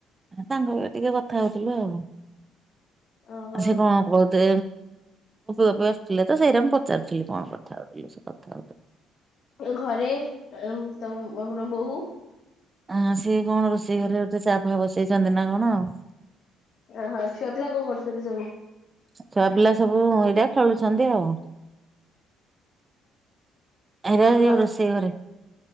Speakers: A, on the right (about 25°); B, on the left (about 55°).
A: ତାଙ୍କ ଘରେ ଟିକେ କଥା ହଉଥିଲୁ ଆଉ।
B: ଓହୋ
A: ଆଉ ସେ କଣ ଗପି ଗପି ଆସୁଥିଲେ ତ ସେଇଟା ମୁଁ ପଚାରୁଥିଲି କଣ କଥା ହଉଥିଲେ ସେ କଥା ହଉ
B: ଏ ଘରେ ତମର ବୋହୁ।
A: ଆ ସିଏ କଣ ରୋଷେଇ ଘରେ ଅଛି, ଚା ଫା ବସେଇଛନ୍ତି ନା କଣ ଆଉ।
B: ଓହୋ ଛୁଆ ପିଲା କଣ କରୁଛନ୍ତି ସବୁ?
A: ଛୁଆ ପିଲା ସବୁ ଏଇଟା ଖେଳୁଛନ୍ତି ଆଉ। ଏ ରା
B: ଆଉ
A: ରୋଷେଇଘରେ।